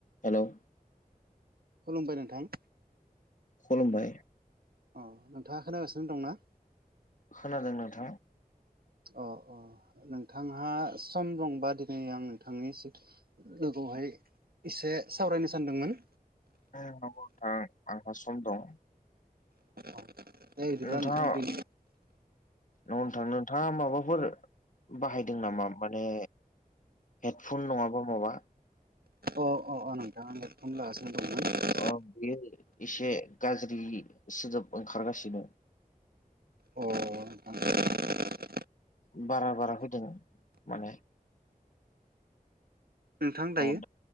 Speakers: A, on the left; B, on the right.
A: हेल'
B: खुलुमबाय नोंथां
A: खुलुमबाय
B: अ नोंथाङा खोनागासिनो दं ना?
A: खोनादों नोंथां
B: अ अ नोंथांहा सम दंबा दिनै आं नोंथांनि सि लोगोआवहाय एसे सावरायनो सानदोंमोन।
A: ओ नावहरथा आंहा सम दं।
B: अ दे बिदिब्ला
A: नोंथाङा
B: नोंथां बे
A: नोंथां नोंथाङा माबाफोर बाहायदों नामा माने हेडफन नङाबा माबा?
B: अ अ नोंथां आं हेडफन लागासिनो दंमोन।
A: अ बेयो एसे गाज्रि सोदोब ओंखारगासिनो
B: अ नोंथां
A: बारा बारा फैदों माने
B: नोंथां दायो
A: औ